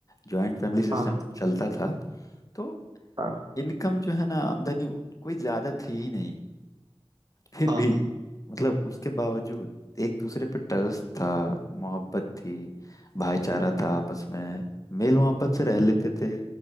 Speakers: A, on the left; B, on the right.
A: जॉइंट फैमिली सिस्टम
B: हाँ हाँ
A: जब चलता था तो
B: हाँ
A: इनकम जो है ना आमदनी कोई ज्यादा थी ही नहीं फिर
B: हाँ
A: भी
B: हाँ
A: मतलब उसके बावजूद एक दूसरे पे ट्रस्ट था मोहब्बत थी भाईचारा था आपस में मेल मोहब्बत से रह लेते थे